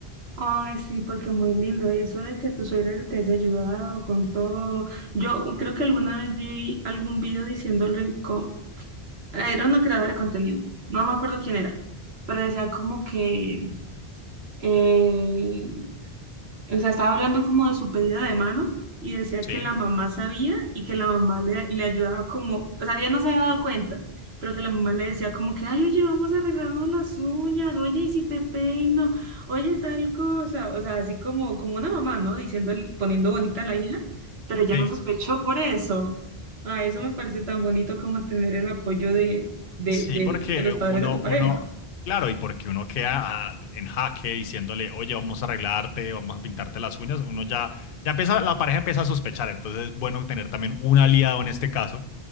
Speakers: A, on the right; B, on the left.
A: ay, sí, porque muy lindo. Eso de que tu suegra te haya ayudado con todo. Yo creo que alguna vez vi algún video diciéndole co- Era una creadora de contenido, no me acuerdo quién era, pero decía como que eh, o sea, estaba hablando como de su pedida de mano y decía
B: Sí,
A: que la mamá sabía y que la mamá le, le ayudaba como, o sea, ella no se había dado cuenta, pero que la mamá le decía como que, ay, oye, vamos a arreglarnos las uñas, oye, y si te peino, oye, tal cosa, o sea, así como, como una mamá, ¿no? Diciendo, poniendo bonita a la hija, pero ella
B: sí.
A: no sospechó por eso. Ah, eso me parece tan bonito como tener el apoyo de, de,
B: Sí,
A: de,
B: porque
A: de los
B: eh, uno,
A: padres de tu pareja.
B: uno, claro, y porque uno queda ah, en jaque diciéndole, oye, vamos a arreglarte, vamos a pintarte las uñas, uno ya, ya empieza, la pareja empieza a sospechar, entonces es bueno tener también un aliado en este caso